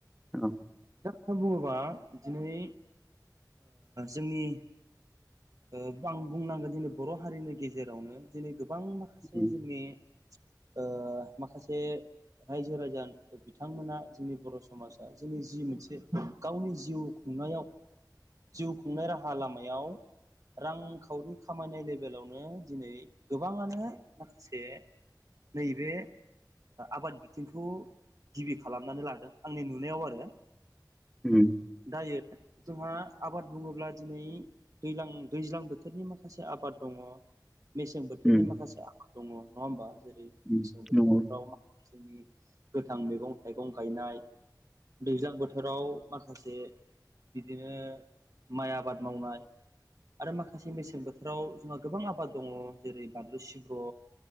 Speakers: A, in the centre; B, on the right (about 50°).
A: औ
B: <inaudible> बुङोबा दिनै जोंनि ओ आं बुंनांगोन दिोंनि बर' हारिनि गेजेरावनो दिनै गोबां माखासे
A: उम
B: जोंनि ओ माखासे रायजो रायजा बिथांमोना जोंनि बर' समाजा जोंनि जि मोनसे गावनि जिउखौ खुंनायाव जिउ खुंनाय राहा लामायाव रांखावरि खामायनाय लेभेलावनो दिनै गोबाङानो माखासे नैबे आबाद बिथिंखौ गिबि खालामनानै लादों आंनि नुनायाव आरो
A: ओम
B: दायो जोंहा आबाद बुङोब्ला दिनै दैज्लां दैज्लां बोथोरनि माखासे आबाद दङ मेसें बोथोरनि
A: उम
B: माखासे आबाद दङ नङा होमबा? जेरै -
A: उम
B: मेसें बोथोरफ्राव
A: नंगौ
B: माखासे जोंनि गोथां मैगं थाइगं गायनाय दैज्लां बोथोराव माखासे बिदिनो माइ आबाद मावनाय। आरो माखासे मेसें बोथोराव जोंहा गोबां आबाद दङ जेरै बानलु सिब्र'